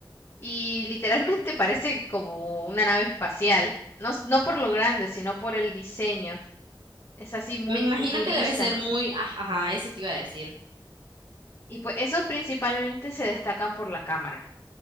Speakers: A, on the left (about 30°); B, on the right (about 65°).
A: y literalmente <laughs> parece como una nave espacial. No, s- no por lo grande, sino por el diseño. Es así muy
B: Me imagino
A: futurista.
B: que debe ser muy... ah, Ajá, eso te iba a decir.
A: Y pues esos principalmente se destacan por la cámara.